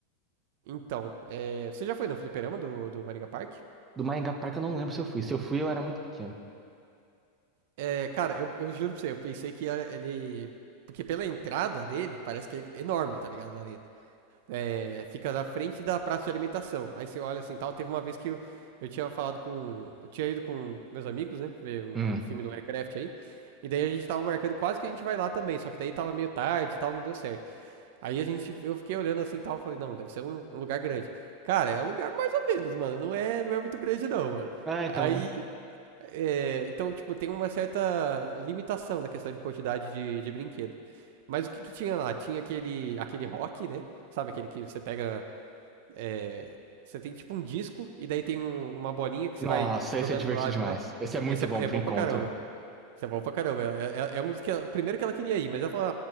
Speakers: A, on the right (about 60°); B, on the right (about 15°).
A: Então, é, você já foi no fliperama do, do Maringa Park?
B: Do Maringá Park eu não lembro se eu fui. Se eu fui, eu era muito pequeno.
A: É, cara, eu, eu juro pra você, eu pensei que a- ele. Porque pela entrada dele, parece que é enorme, tá ligado? Lá dentro. É, fica na frente da praça de alimentação. Aí você olha assim tal. Teve uma vez que eu, eu tinha falado com. Eu tinha ido com meus amigos, né? Ver o,
B: Hum.
A: o filme do Minecraft aí. E daí a gente tava marcando, quase que a gente vai lá também. Só que daí tava meio tarde e tal, não deu certo. Aí a gente, eu fiquei olhando assim e tal, falei, não, deve ser um, um lugar grande. Cara, é um lugar mais ou menos, mano. Não é, não é muito grande, não, mano.
B: Ah, então,
A: Aí.
B: né?
A: é, então, tipo, tem uma certa limitação na questão de quantidade de, de brinquedo. Mas o que que tinha lá? Tinha aquele, aquele rock, né? Sabe aquele que você pega. é, você tem tipo um disco e daí tem um- uma bolinha que
B: Nossa,
A: você vai jogando
B: esse é divertido
A: pra lá e
B: demais.
A: pra lá.
B: Esse é muito
A: Esse é,
B: bom
A: é
B: pro
A: bom
B: encontro.
A: pra caramba. Isso é bom pra caramba. É, é- é um dos que. ela- Primeiro que ela queria ir, mas ela falou,